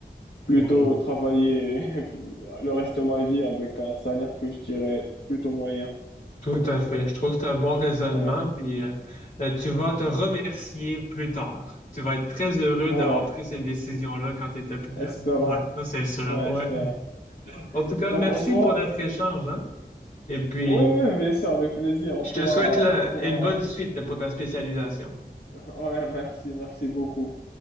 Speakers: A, on the left; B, on the left.
A: plutôt
B: oui.
A: travailler <laughs> le reste de ma vie avec un salaire que je dirais plutôt moyen.
B: Tout à fait. Je trouve que c'est un bon raisonnement,
A: Ouais,
B: puis euh, euh, tu vas te remercier plus tard. Tu vas être très heureux
A: ouais,
B: d'avoir pris cette décision-là quand tu étais plus
A: espérant.
B: jeune. Ouais, ça c'est
A: Ouais,
B: sûr. Ouais.
A: espérant. Ouais.
B: En tout cas,
A: Donc
B: merci
A: en soi,
B: pour notre
A: euh,
B: échange, hein? Et puis,
A: Ouais, ouais, bien sûr, avec plaisir. On
B: je
A: pourra,
B: te souhaite là,
A: on pourra.
B: une bonne suite
A: <laughs>
B: pour ta spécialisation.
A: Ouais, merci, merci beaucoup.